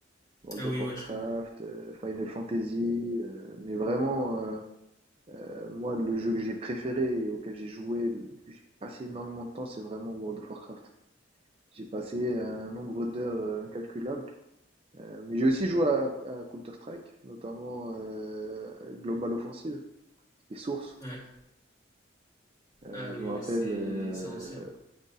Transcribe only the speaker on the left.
ah
oui,
ouais, je connais.
Ouais.
Ah
oui,
ouais, c'est,
c'est ancien.